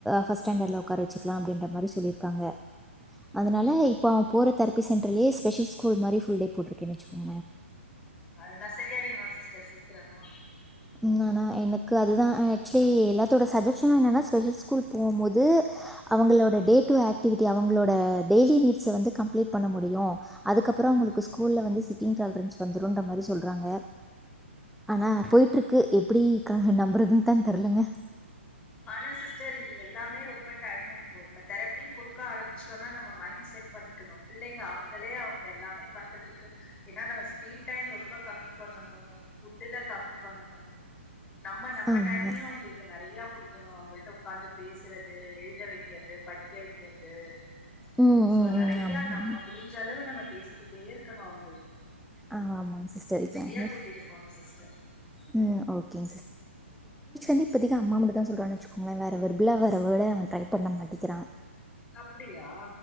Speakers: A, in the centre; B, on the left (about 15°).
A: ஃபஸ்ட்ஸாண்டர்டில் உட்கார வச்சக்கலாம் அப்படின்ற மாதிரி சொல்லிருக்காங்க
B: ஓகே
A: அதனால இப்ப அவன் போற தர சென்ரலே ஸ்பஷல் கூல் மாிரபல்டே போருக்கன்னுச்சுங்க
B: உ அத நான் சரியாயிடுவான் சிஸ்டர் சீக்கிரமா
A: ம் ஆனா எனக்கு அதுதான் ஆக்சுவலி எல்லாத்தோட சப்ஜெக்ட்ஷும் என்னன்னா ஸ்பெஷல் ஸ்கூல் போகும் போது அவங்களோட டே டடு ஆக்ட் அவங்களோட டெய்லி நீட்ஸ் வந்து கம்ப்ளீட் பண்ண முடியும் அதுக்கப்புறம்
B: ம்
A: உங்களுக்கு ஸ்கூல்லல வந்து ன் வந்துரும்ன்ற மாதிரி சொல்றாங்க ஆனா போயிட்டு இருக்கு எப்படி கணவ் நம்புறதுன்னு தான் தெரலங்க
B: ஆனா சிஸ்டர் இது எல்லாமே ரொம்ப டைம் இருக்கும் இப்ப தரப்பின்னு கொடுக்க ஆரம்பிச்சு நம்ம மைண்ட் செட் பண்ணி க்கும் பிள்ளைங்க அவங்களே அவங்க எல்லாமே பண்றதுக்கு ஏன்னா நம்ம ஸ்கிரீன் டைம் ரொம்ப கம்மி பண்ணனும் ஃபுட்டுல கம்மி பண்ணனும் நம்ம நம்ம
A: ஆமாம்
B: டைமையும் உங்களுக்கு நிறைய இருக்கணும் அவங்கள்ட்ட உ்காந்து பேசுறது எழுத வைக்கிறது படிக்க வைக்கிறது
A: ம்
B: சோ
A: ம்
B: நிறைய
A: ம் ஆமாம்
B: நம்ம முடிஞ்ச அளவு நம்ம பேசிக்கிட்டே இருக்கணும் அவங்க
A: ஆ ஆமாங்க சிஸ்டர் <unintelligible>
B: கூட்டிட்டு போணு சிஸ்டர்
A: இப்பஓகே வந்து அம்மா மட்ட தா சொல்றாச <unintelligible> சுோங்களேன் வேற வெ்பிலா வேற வேர்ட அவன் ட்ரை பண்ண மாட்டேிக்கிறான்
B: அப்புடியா